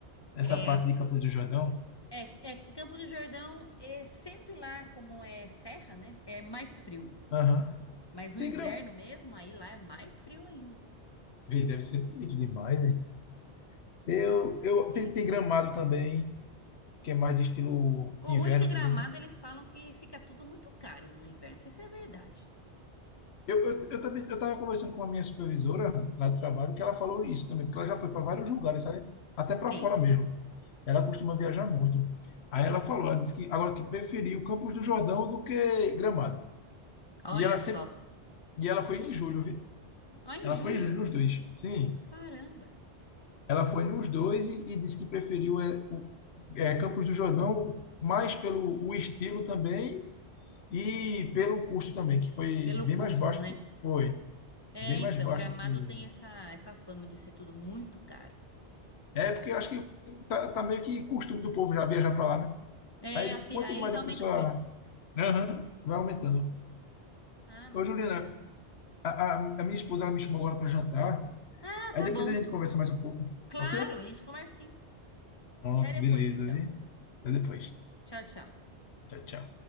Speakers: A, on the left (about 70°); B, on the left (about 20°).
A: Essa
B: É,
A: parte de Campos do Jordão.
B: é, é, Campo do Jordão é sempre lá, como é serra, né? É mais frio.
A: Aham.
B: Mas no
A: Tem
B: inverno
A: grama.
B: mesmo, aí lá é mais frio ainda.
A: Vê, deve ser bonito demais, né? Eu, eu,
B: Bonito.
A: tem, tem gramado também, que é mais estilo
B: O
A: inverno
B: ruim de Gramado,
A: também, né?
B: eles falam que fica tudo muito caro no inverno. Não sei se é verdade.
A: Eu, eu, eu também, eu estava conversando com a minha supervisora lá do trabalho, que ela falou isso também, porque ela já foi para vários lugares, sabe? Até para
B: Tem.
A: fora mesmo. Ela costuma viajar muito. Aí ela falou, ela disse que agora que preferiu Campos do Jordão do que Gramado.
B: Olha
A: E ela
B: só.
A: sempre, e ela foi em julho, viu?
B: Ó, em
A: Ela
B: julho.
A: foi em julho nos dois. Sim,
B: Caramba.
A: ela foi nos dois e, e disse que preferiu é, o, é, Campos do Jordão mais pelo o estilo também e pelo custo também, que foi
B: Pelo
A: bem mais
B: custo,
A: baixo,
B: né?
A: foi
B: É,
A: bem mais
B: então,
A: baixo
B: Gramado
A: que
B: tem essa, essa fama de ser tudo muito caro.
A: É, porque eu acho que tá, tá meio que costume do povo já viajar para lá, né?
B: É,
A: Aí,
B: acho que
A: quanto
B: aí eles
A: mais
B: aumentam
A: a pessoa
B: o preço.
A: Aham. vai aumentando.
B: Ah, mas
A: Ô, Juliana,
B: bacana.
A: a, a, a minha esposa ela me chamou agora para jantar.
B: Ah,
A: Aí
B: tá
A: depois
B: bom.
A: a gente conversa mais um pouco.
B: Claro,
A: Pode ser?
B: a gente conversa sim.
A: Pronto,
B: Até
A: beleza,
B: depois, então.
A: viu? Até depois.
B: Tchau, tchau.
A: Tchau, tchau.